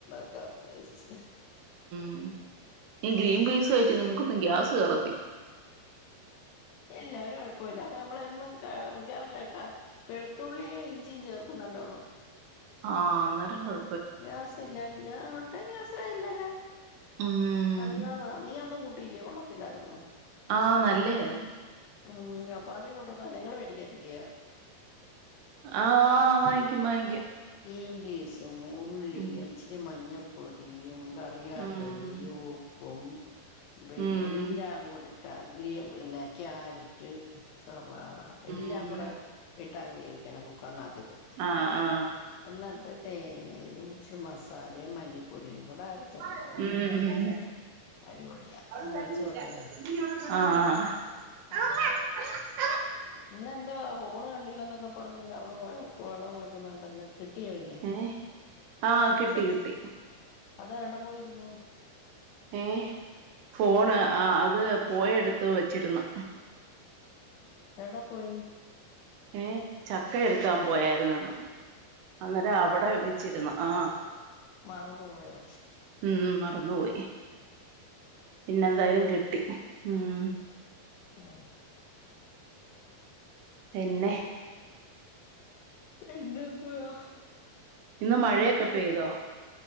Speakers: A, on the left; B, on the right.
A: <unintelligible> ചീ
B: മ് ഈ ഗ്രീൻപീസ് കഴിച്ചാ നിങ്ങക്കൊന്നും ഗ്യാസ് കേറ
A: ഇല്ല ഒരു കൊഴപ്പോം ഇല്ല അത് ന മ്മളെന്നും <unintelligible> മിക്കവാറും കേൾക്കാൻ വെളുത്തുള്ളിയും ഇഞ്ചിയും ചേർക്കും നല്ലോണം
B: ആഹ് അന്നേരം കൊഴ
A: ഗ്യാസ് ഇല്ല ഇല്ല ആ ക സായില്ലല്ലോ
B: ഉം
A: അല്ല നീയന്ന് ല്യ കൊള്ളത്തില്ലാരുന്നു
B: ആ നല്ലയായിരുന്നു
A: ഉം അപ്പ അതോ ആ നിങ്ങള് മേടിക്കത്തില്യയോ
B: ആ വാങ്ങിക്കും വാങ്ങിക്കും
A: <unintelligible> ഉള്ളി
B: ഉം
A: ഇച്ചിരി മഞ്ഞ പൊടിയും കറിയാപ്പലയൂ
B: ഉം
A: പോം പിനെ
B: ഉം
A: എല്ലാങ്കുടി <unintelligible> പിന്നെ ക്യാരററ്റ് സവാള എല്ലാങ്ങൂടെ
B: ഉം
A: ഇ <unintelligible> ക്കണം കുക്കറിനത്തിട്ട്
B: ആ ആ
A: <unintelligible> തേങ്ങയും ഇച്ചിരി മസാലയും മല്ലിപ്പൊടിയും
B: ഉം
A: കൂടെ അരച്ചങ്ങ് ചേർക്കും
B: ഉം
A: അടിപൊളിയാ അത് വെച്ച് നോക്ക്
B: ആ
A: നല്ലതാ ഇന്നെന്തുവാ ഫോണ് കണ്ടില്ലന്നൊക്കെ പ റഞ്ഞില്ല അവള് വ വളം വെക്കുന്നണ്ടല്ലോ കിട്ടിയ പിന്നെ
B: ഏ ആ കിട്ടി
A: അച്ച
B: കിട്ടി
A: അത് എവിടെ പോയിര്ന്നു
B: ഏ ഫോണ് ആ അത് പോയെടുത്ത് വ ച്ചിര്ന്ന്
A: എടെ പോയി
B: ഏ ചക്ക എടുക്കാൻ പോയായിര്‌നെന്നോ അന്നേരം അവിടെ വെച്ചിരുന്നു ആ
A: മറന്നുപോയോ
B: ഉം മറന്നുപോയി പിന്നെ എന്തായാലും കിട്ടി ഉം
A: ആ
B: പിന്നെ
A: പിന്നെന്തുവാ
B: ഇന്ന് മഴയൊക്കെ പെയ്തോ